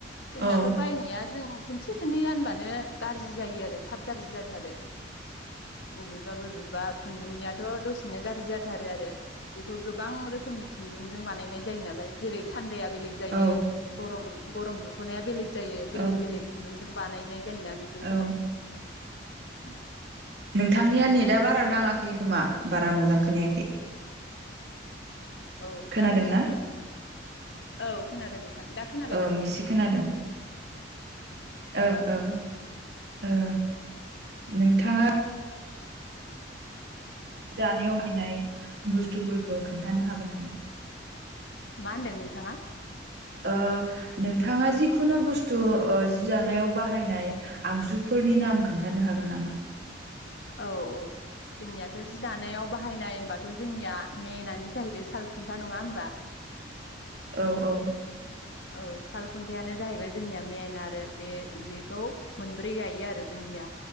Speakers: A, on the left; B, on the right.
A: जोंनाथ'
B: औ उम
A: बायनाया जों खोनसे खोननै गानबानो गारजि जायो आरो थाब गारजि जाथारो बबे बा बबेबा खुन्दुंनियाथ' दसेनो गारजि जाथारो आरो बेखौ गोबां रोखोमनि खुन्दुंजों बानायनाय जायो नालाय जेरै थान्दाया बेलेग जायो
B: औ
A: गरम गरम दख'नाया बेलेग ज जायो
B: औ
A: बेलेग बेलेग खुन्दुंजों बानायनाय जायोना बेफोरखो
B: औ
A: <unintelligible>
B: नोंथांनिया नेदा बारा नाङाखै खोमा बारा मोजां खोनायाखै
A: औ
B: खोनादोंना
A: दा खोनायाखै नोंथां औ खोनादों नोंथां दा खोनाबाय
B: ओं
A: दा नोंथाङा?
B: एसे खोनादों ओं ओं ओ नोंथाङा दानायाव बाहायनाय बुस्थुफोरखो खोन्थानो हागोन नामा?
A: मा होनदों नोंथाङा?
B: ओ नोंथाङा जिखुनु बुस्थु ओ जि दानायाव बाहायनाय आगजुफोरनि नाम खोन्थानो हागोन नामा?
A: औ औ जोंनियाथ' जि दानायाव बाहायनाय होमबाथ' जोंनिया मेनानो जाहैबाय सालखुन्था नङा होमबा?
B: औ औ
A: औ साल खुन्थायानो जाहैबाय जोंनिया मेन आरो बे बेखौ मोनब्रै गायो आरो जोंनिया